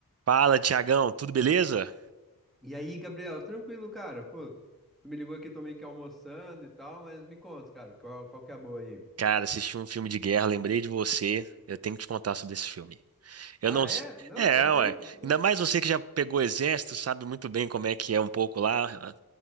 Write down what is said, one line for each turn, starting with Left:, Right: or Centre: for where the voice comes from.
Right: Fala, Tiagão, tudo beleza?
Centre: E aí, Gabriel, tranquilo, cara? Pô, tu me ligou aqui, tô meio que almoçando e tal, mas me conta, cara, qual, qual que é a boa aí?
Right: Cara, assisti um filme de guerra, lembrei de você. Eu tenho que te contar sobre esse filme. Eu
Centre: Ah,
Right: não. s-
Centre: é? Não,
Right: É,
Centre: conta
Right: ué.
Centre: aí, conta aí.
Right: Ainda mais você que já pegou exército, sabe muito bem como é que é um pouco lá.